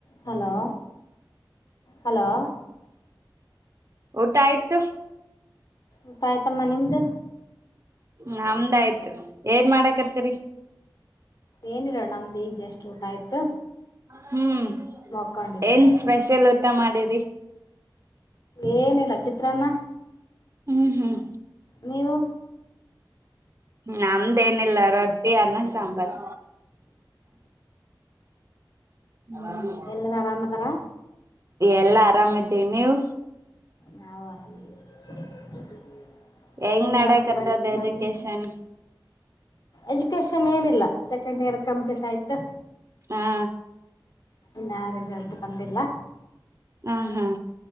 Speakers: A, on the left; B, on the right.
A: Hello hello
B: ಊಟಾ ಆಯ್ತು
A: ಊಟಾ ಆಯ್ತಮ್ಮ ನಿಮ್ದು
B: ನಮ್ದ ಆಯ್ತ್ರಿ ಏನ್ ಮಾಡಾಕತ್ತರಿ
A: ಏನಿಲ್ಲಾ ನಮ್ದು ಈಗ ಜಷ್ಟ ಊಟಾ ಆಯ್ತು
B: ಹ್ಮ್
A: ಮಕೊಂಡಿದ್ದೆ
B: ಏನ್
A: ನೋಡ
B: ಸ್ಪೆಷಲ್ ಊಟಾ ಮಾಡಿರಿ
A: ಏನಿಲ್ಲಾ ಚಿತ್ರಾನ್ನ
B: ಹುಂ ಹುಂ
A: ನೀವು
B: ನಮ್ದೇನಿಲ್ಲ ರೊಟ್ಟಿ ಅನ್ನಾ ಸಾಂಬಾರ್ ಹ್ಮ
A: ಎಲ್ಲರ ಆರಾಮದಾರ
B: ಎಲ್ಲಾ ಆರಾಮಿದ್ದಿವಿ ನೀವ್
A: ನಾವು ಆರಾಮ್ ಇದ್ದೀವಿ
B: ಹೆಂಗ್
A: ಏನ್
B: ನಡಕತ್ತದ
A: ಮಾಡಾಕತರ ನಾದ್ನಿ
B: ಎಜುಕೇಶನ್
A: ಎಜುಕೇಶನ್ ಏನಿಲ್ಲಾ ಸೆಕೆಂಡ್ ಇಯರ್ ಕಂಪ್ಲೀಟ್ ಆಯ್ತು
B: ಹಾ
A: ಇನ್ನಾ ರಿಸಲ್ಟ್ ಬಂದಿಲ್ಲಾ
B: ಹುಂ ಹುಂ